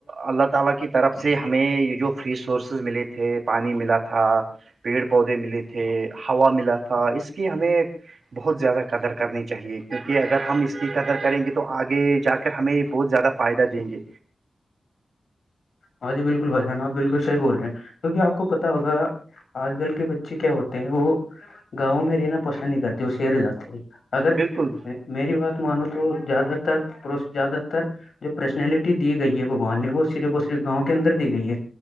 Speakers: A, on the right; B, on the left.
A: اللہ تعالی کی طرف سے ہمیں یہ جو فری سورسز ملے تھے پانی ملا تھا پیڑ پودے ملے تھے ہوا مل تھا اس کی ہمیں بہت زیادہ قدر کرنی چاہیے کیونکہ اگر ہم اس کی ادر کریں گے تو آگے جا کر ہمیں بہت زیادہ فائدہ دیں گے
B: ہاں جی بالکل بھائی جان آپ بالکل صحی بول رہے ہیں کیونکہ آپ کو پتا ہوگا آج کل کے بچے کیا ہوتے ہیں وہ گاؤں میں رہنا پس نہیں کرتے وہ سیر جاتے ہیں اگر
A: بالکل
B: میری بات مانو تو زیادہ تر زیادہ تر جو پرسنالٹی دی گئی ہے بگوان نے وہ صرف اور صرف گاؤں کے اندر دی گئی ہے